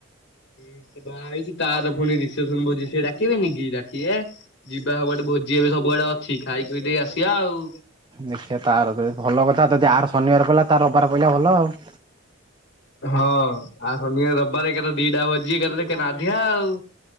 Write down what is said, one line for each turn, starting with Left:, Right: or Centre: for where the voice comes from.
Left: ସେ ବାହା ହେଇଛି ତାର ପୁଣି ରିସେପସନ ଭୋଜି, ସେ ଡାକିବେନି କିି ଡାକିବେ। ଯିବା ସବୁଆଡେ ଭୋଜି ଏବେ ସବୁଆଡେ ଅଛି, ଖାଇ ଖୁଇଦେଇ ଆସିବା ଆଉ।
Right: ଦେଖିବା ତାର ଯଦି ଭଲ କଥା ଯଦି ଆର ଶନିବାର ପରିଲା ତା ରବିବାର ପଇଲା ଭଲ ଆଉ।
Left: ହଁ ଆଉ ଶନିବାରେ, ରବିବାରେ ଏକାଥରେ ଦିଟା ଭୋଜି ଏକା ଥରେ ନାଧିବା ଆଉ।